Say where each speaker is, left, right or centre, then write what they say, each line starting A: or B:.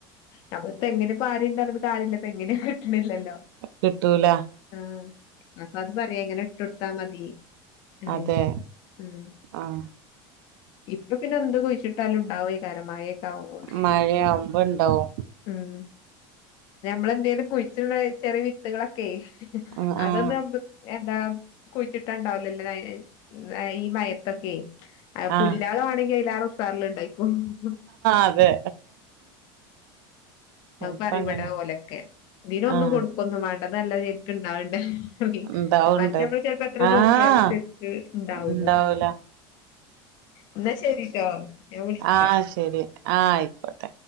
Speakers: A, on the left; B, on the right.
A: ഞമ്മള് തെങ്ങിന് ഭാര്യ ഇണ്ട് പറഞ്ഞോന്നു കാര്യല്ല്യ തെങ്ങിന് കിട്ടണില്ലല്ലോ
B: കിട്ടൂല
A: ആ അപ്പൊ അത് പറയാ ഇങ്ങനെ ഇട്ടോട്ത്താ മതി അറിയണ്ടേ
B: അതെ
A: ഉം
B: ആഹ്
A: ഇപ്പൊ പിന്നെ അതിന്റെ കുഴിച്ചിട്ടാലുണ്ടാവെക്കാരം മഴയൊക്കെ ആവുന്നോണ്ട്
B: മഴയാവുമ്പോ ഇണ്ടാവും
A: ഉം ഞമ്മളെന്തേയ്യണ് കുഴിച്ചുള്ള ചെറിയ വിത്തുകളൊക്കെ
B: ഉം
A: അതൊന്ന്
B: ആഹ്
A: എന്താ കുഴിച്ചിട്ടാണ്ടാവല്ലല്ലോലെ ഈ മഴെത്തൊക്കെ ആയ്
B: ആഹ്
A: പുല്ലാള് ആണെങ്കിൽ അതിലേറെ ഉഷാറില് ഇണ്ടായി ഉം-ഉം
B: അതെ ചെലപ്പ
A: ഞാൻ പറയു
B: അങ്ങനെ
A: ഇവിടെ ഓലൊക്കെ ഇതിന് ഒന്നും
B: ആഹ്
A: കൊടുക്കൊന്നും വേണ്ട ഇത് നല്ല ശെരിക്കും ഇണ്ടാവണ്ടേ ഓക്കേ
B: ഇണ്ടാവുണ്ട്
A: മറ്റേമ്മള് ചെലപ്പോ എത്ര നോക്കിയാലും
B: ആഹ്
A: തെറ്റ്ണ്ടാവൂല.
B: ഇണ്ടാവൂല
A: എന്നാ ശെരിട്ടോ ഞാൻ വിളിക്കാം
B: ആഹ് ശരി ആഹ് ആയിക്കോട്ടെ